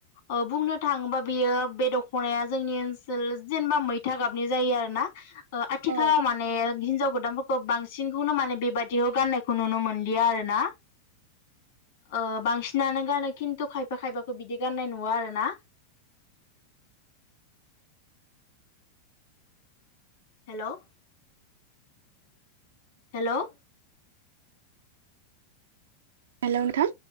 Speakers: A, on the left; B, on the right.
A: ओ बुंनो थाङोबा बियो बे दख'नाया जोंनि ओनसोल जेनेबा मैथा गाबनि जायो आरो ना। ओ आथिखालाव
B: औ
A: माने हिनजाव गोदानफोरखौ बांस सिनखौनो माने बेबादिखौ गाननायखौ नुनो मोनलिया आरोना। ओ बांसिनानो गानो खिन्थु खायफा खायफाखो बिदि गाननाय नुवा आरो ना। हेल' हेल'
B: हेल' नोंथां।